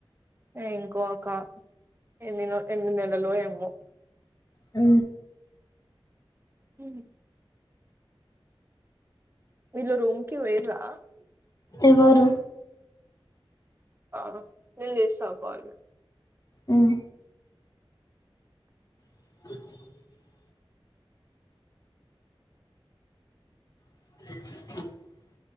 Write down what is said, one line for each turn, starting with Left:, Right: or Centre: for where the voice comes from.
Right: ఇంకోక ఎన్ని ఎన్ని నెలలో ఏమో
Left: అ
Right: హ మీరు రూంకి వేరా
Left: ఎవరు?
Right: ఆ నేను చేస్తా కాల్
Left: మ్ <inaudible> <inaudible>